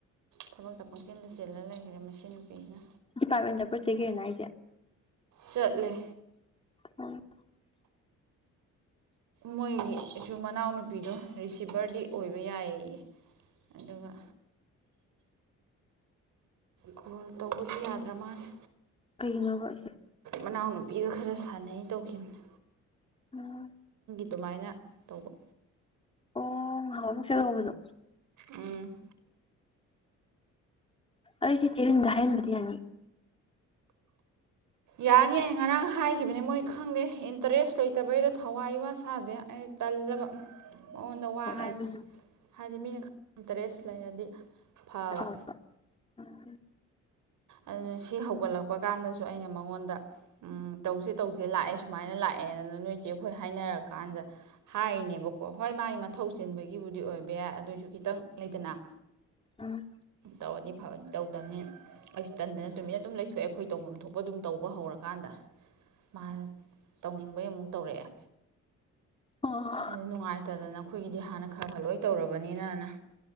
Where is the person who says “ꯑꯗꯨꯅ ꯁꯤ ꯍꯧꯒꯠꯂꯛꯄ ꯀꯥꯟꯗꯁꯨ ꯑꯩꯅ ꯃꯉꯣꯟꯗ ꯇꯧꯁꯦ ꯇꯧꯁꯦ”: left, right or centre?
Right